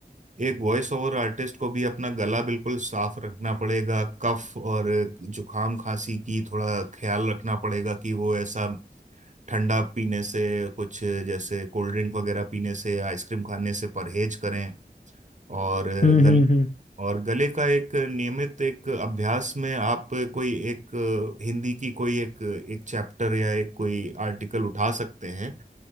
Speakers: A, on the right (about 45°); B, on the left (about 45°).
A: एक वॉइस ओवर आर्टिस्ट को भी अपना गला बिल्कुल साफ रखना पड़ेगा कफ और जुकाम खांसी की थोड़ा ख्याल रखना पड़ेगा कि वो ऐसा ठंडा पीने से कुछ जैसे कोल्ड ड्रिंक वगैरह पीने से आइसक्रीम खाने से परहेज करें और
B: हम्म
A: गल
B: हम्म हम्म
A: और गले का एक नियमित एक अभ्यास में आप कोई एक हिंदी की कोई एक एक चैप्टर या एक कोई आर्टिकल उठा सकते हैं